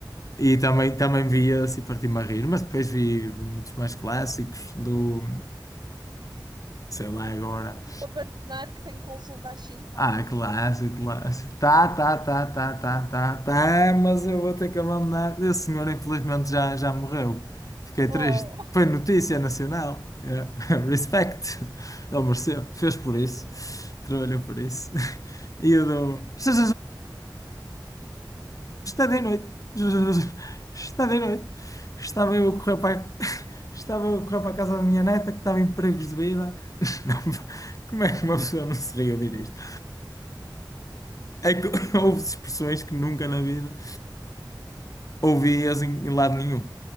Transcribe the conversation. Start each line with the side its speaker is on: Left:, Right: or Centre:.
Left: e também, também via-se e parti-me a rir, mas depois vi muitos mais clássicos do, sei lá agora.
Right: Vou abandonar que tenho consulta às cinco.
Left: Ah, clássico, clássico. Tá, tá, tá, tá, tá, tá, tá, mas eu vou ter que abandonar. Esse senhor, infelizmente, já, já morreu. Fiquei
Right: Oh,
Left: triste. Foi notícia nacional. É. <laughs> Respect. Ele mereceu. Fez por isso. Trabalhou por isso. <laughs> E eu dou. um Está de noite. <laughs> Está de noite. Estava eu a correr para. a- <laughs> Estava eu a correr para a casa da minha neta que estava em perigos de vida. <laughs> Não, como é que uma pessoa não se ri a ouvir isto? É que <laughs> houve expressões que nunca na vida ouvi assim em lado nenhum.